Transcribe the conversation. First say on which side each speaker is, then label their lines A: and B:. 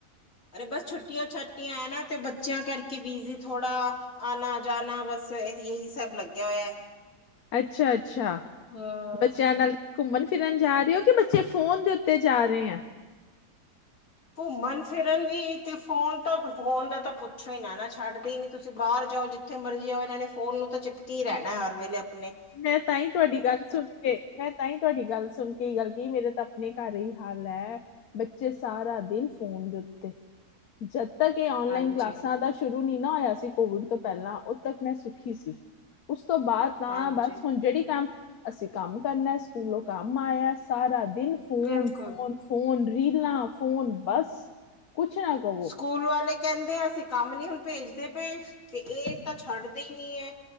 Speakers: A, on the left; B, on the left.
A: ਅਰੇ ਬਸ ਛੁੱਟੀਆਂ ਛਟੀਆਂ ਐ ਨਾ ਤੇ ਬੱਚਿਆਂ ਕਰਕੇ ਬਿਜ਼ੀ ਥੋੜ੍ਹਾ ਆਨਾ ਜਾਨਾ ਬਸ ਐਹੀ ਇਹੀ ਸਭ ਲੱਗਿਆ ਹੋਇਆ।
B: ਅੱਛਾ-ਅੱਛਾ
A: ਹਾਂ
B: ਬੱਚਿਆਂ ਨਾਲ ਘੁੰਮਨ ਫਿਰਨ ਜਾ ਰਹੇ ੳ ਕਿ ਬੱਚੇ ਫੋਨ ਦੇ ਉੱਤੇ ਜਾ ਰਹੇ ਏਂ?
A: ਘੁੰਮਨ ਫਿਰਨ ਵੀ ਤੇ ਫੋਨ ਤਾਂ ਫੋਨ ਦਾ ਤਾਂ ਪੁੱਛੋ ਈ ਨਾ ਨਾ ਛੱਡਦੇ ਈ ਨੀ ਤੁਸੀਂ ਬਾਰ ਜਾਓ ਜਿਥ ਜਿੱਥੇ ਮਰਜ਼ੀ ਜਾੳ ਇਨਾਂ ਨੇ ਫੋਨ ਨੂੰ ਤਾਂ ਚਿਪਕੀ ਰੈਨਾ ਹਰ ਵੇਲੇ ਅਪਨੇ।
B: ਮੈਂ ਤਾਂ ਈ ਤੁਹਾਡੀ ਗੱਲ ਸੁਨ ਕੇ ਮੈਂ ਤਾਂਈ ਤੁਹਾਡੀ ਗੱਲ ਸੁਣ ਕੇ ਏ ਗੱਲ ਕਈ, ਮੇਰੇ ਤਾਂ ਆਪਨੇ ਘਰ ਏਈ ਹਾਲ ਐ। ਬੱਚੇ ਸਾਰਾ ਦਿਨ ਫੋਨ ਦੇ ਉੱਤੇ, ਜਦ ਤੱਕ ਏ ਓਨਲਾਈਨ
A: ਹਾਂਜੀ
B: ਕਲਾਸਾਂ ਦਾ ਸ਼ੁਰੂ ਨੀ ਨਾ ਹੋਇਆ ਸੀ ਕੋਵਿਡ ਤੋਂ ਪੈਲਾਂ ਓਦ ਤੱਕ ਮੈਂ ਸੁਖੀ ਸੀ, ਉਸ ਤੋਂ ਬਾਦ ਤਾਂ
A: ਹਾਂਜੀ
B: ਜੇੜੀ ਕੰਮ ਅਸੀਂ ਕੰਮ ਕਰਨੈ, ਸਕੂਲੋਂ ਕੰਮ ਆਇਆ ਸਾਰਾ ਦਿਨ ਫੋਨ
A: ਬਿਲਕੁਲ
B: ਫੋਨ ਫੋਨ ਰੀਲਾਂ ਫੋਨ ਬਸ। ਕੁੱਛ ਨਾ ਕਹੋ
A: ਸਕੂਲ ਵਾਲੇ ਕੈਂਦੇ ਅਸੀਂ ਕੰਮ ਨੀ ਹੁਨ ਭੇਜਦੇ ਪਏ, ਤੇ ਏ ਤਾਂ ਛੱਡਦੇ ਈ ਨੀ ਏ।